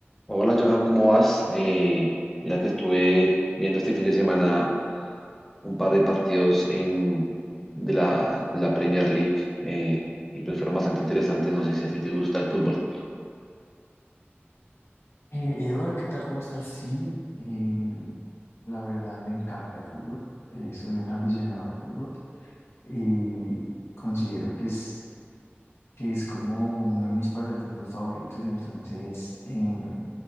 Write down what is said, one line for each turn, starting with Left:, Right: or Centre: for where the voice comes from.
Centre: Hola Johan, ¿cómo vas? Eh, mira que estuve viendo este fin de semana un par de partidos en, de la, de la Premier League eh, y pues fueron bastante interesantes. No sé si a ti te gusta el fútbol.
Left: Eh, Eduardo, ¿qué tal? ¿Cómo estás? Sí, eh, la verdad me encanta el fútbol. Eh, soy un aficionado al fútbol y considero que es, que es como uno de mis pasatiempos favoritos. Entonces, eh,